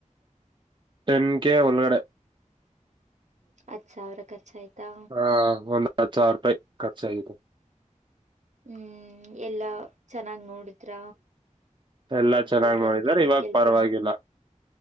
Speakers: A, on the right (about 35°); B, on the right (about 60°).
A: ಟೆನ್ ಕೆೇ ಒಳಗಡೆ
B: ಹತ್ ಸಾವಿರ ಖರ್ಚಾಯ್ತಾ
A: ಹಾ ಒಂದ್ ಹತ್ತು ಸಾವಿರ ರೂಪಾಯಿ ಖರ್ಚಾಗಿದೆ
B: ಹ್ಮ್ ಎಲ್ಲಾ ಚೆನ್ನಾಗಿ ನೋಡ ಹತ್ರ
A: ಎಲ್ಲಾ ಚೆನ್ನಾಗ್
B: ಅವ್ರಲ್ಲಿ
A: ನೋಡಿದಾರೆ ಇವಾಗ
B: ಕೆಲ್ಸ
A: ಪರವಾಗಿಲ್ಲ
B: ಮಾಡಿ